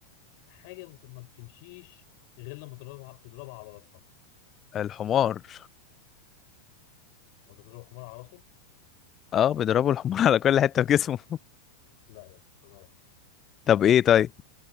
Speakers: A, on the left; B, on the left.
A: حاجة مت- ما بتمشيش غير لما تضربها تضربها على راسها
B: الحمار
A: وأنت تضرب حمار على راسه
B: اه بيضربوا الحمار <laughs> على كل حتة في جسمه
A: لا يا اسطى غلط
B: طب ايه طيب